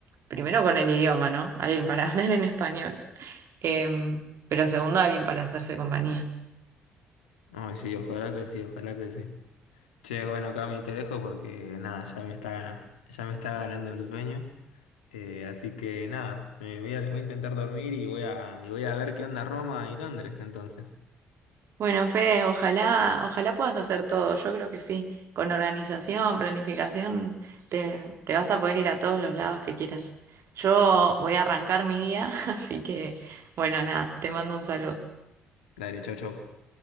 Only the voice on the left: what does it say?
Ay, sí, ojalá que sí, ojalá que sí. Che, bueno, Cami, te dejo porque nada, ya me está, ya me está ganando el sueño. Eh, así que nada, me voy a, voy a intentar dormir y voy a, y voy a ver qué onda Roma y Londres entonces.
Dale, chau, chau.